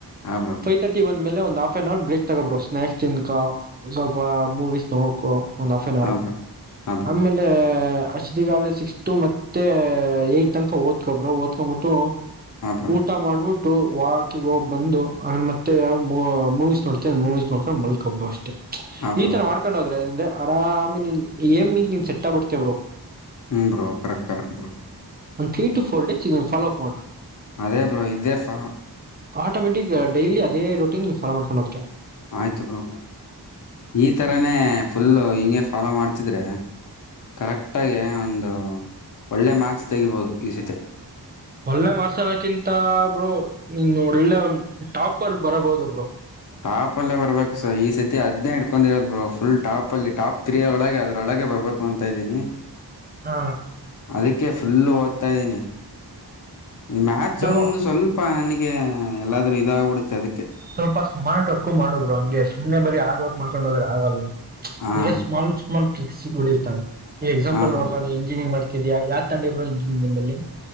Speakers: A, on the left; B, on the right.
A: ಹಾಂ ಬ್ರೋ
B: ಫೈವ್ ತರ್ಟಿ ಒನ್ ಮೇಲೆ ಒಂದು of half and hour break ತಗೋ ಬ್ರೋ ಸ್ನಕ್ಸ್ ತಿನ್ಕ ಸ್ವಲ್ಪ ಮೂವೀಸ್ ನೋಡ್ಕೊ ಒಂದು ಆಫ್ ಆನ್ ಹೌರ
A: ಹಾಂ ಬ್ರೋ ಹಾಂ ಬ್ರೋ
B: ಆಮೇಲೆ ಅಷ್ಟದ ಕಾಲ ಸಿಕ್ಸ್ ಟ ಮತ್ತೆ ಏಟ್ ತನಕ ಓದ್ಕೊಬರು ಓದ್ಕೊ್ಬಿಟ್ಟು
A: ಹಾಂ ಬ್ರೋ
B: ಊಟ ಮಾಡ್ಬಿಟ್ಟು ವಾಕಿಗೆ ಹೋಗ್ ಬಂದು ಅ ಮತ್ತೆ ಮೂವೀಸ್ ನೋಡ್ತೇನೆ ಮೂವೀಸ್ ನೋಡ್ ಬಂದ್ ಮಲ್ಕೋ ಬ್ರೋ ಅಷ್ಟೇ
A: ಹಾಂ
B: ಈ
A: ಬ್ರೋ
B: ತರ ಮಾಡ್ಕೊಂಡು ಹೋದ್ರೆ ಅ ಆರಾಮೇ ನೀನ್ ಏಮ್ ಈಗ ನೀನ್ ಸೆಟ್ಟ ಬಿಡ್ತೇವರು
A: ಹ್ಮ್ ಬ್ರೋ ಕರೆಕ್ಟ್ ಕರೆಕ್ಟ್ ಬ್ರೋ
B: ಒಂದು ತ್ರೀ ಟ ಫೋರ್ ಡೇ ಇದ ಲೋ ಅಪ್ ಮಾಡಿ
A: ಅದೇ ಬ್ರೋ ಇದೇ ಫಾರ
B: ಆಟೋಮೆಟಿಕ್ ಡೈಲಿ ಅದೇ ರೊಟೀನ್ ಲೋ ಮಾಡ್ಕೊಂಡುಹೋಗ್ತೀಯ
A: ಆಯ್ತು ಬ್ರೋ ಈ ಥರನೇ ಫುಲ್ಲು ಹಿಂಗೆ ಫಾಲೋ ಮಾಡ್ತಿದ್ರೆ ಕರೆಕ್ಟಗ ಒಂದು ಒಳ್ಳೆ ಮಾರ್ಕ್ಸ್ ತೆಗಿಬೋದು ಈ ಸತೆ
B: ಒಳ್ಳೆ ಮಾಡಾರ್ಸಣಕ್ಕಿಂತ ಬರು ಇನ್ ಒಳ್ಳೆ ಒಂದ್ ಟಾಪರ್ ಬರಬಹದು ಬರು
A: ಟಾಪ ಅಲ್ಲೇ ಬರ್ಬೇಕು ಸೊ ಈ ಸತಿ ಅದ್ನೆ ಇಡ್ಕೊಂಡ್ ಇರೋ ಫುಲ್ ಟಾಪ ಅಲ್ಲಿ ಇ ಟಾಪ್ ತ್ರೀಯ ಒಳಗೆ ಅದರೊಳಗೆ ಬರಬೇಕು ತಾ ಇದ್ದೀನಿ
B: ಹಾ
A: ಅದಕ್ಕೆ ಫುಲ್ತ್ತು ಹತಾಯ್ದೀನಿ ಇ ಮಥ್ಸ್
B: ಬ್ರೋ
A: ಒಂದು ಸ್ವಲ್ಪ ಹಂಗೆ ಎಲ್ಲಾದ್ರೂ ಇದಾಗಬಿಡುತ್ತೆ ಅದಕ್ಕೆ
B: ಸ್ವಲ್ಪ ಸ್ಮಾರ್ಟ್ ವರ್ಕು ಮಾಡರು ಹಂಗೆ ಸುಮ್ನೆ ಬರಿ ಆ ವರ್ಕ್ ಮಾಡ್ಕೊಂಡು ಹೋದ್ರ ಆಗಲ್ಲ
A: ಹಾಂ
B: ಸ್ಮಲ್ ಸ್ಮಲ್ ಕಿಕ್ ಸಿಗಳಿರ್ತಾವ ಎಕ್ಸಾಪಲ್
A: ಹಾಂ ಬ್ರೋ
B: ನೋು ಇಂಜಿನಿಯರಿಂಗ ಮಾಡ ಇದಾ ಯಾ ತಂಡಿಬ್ ಇಂಜಿನಂಗ ಅಲ್ಲಿ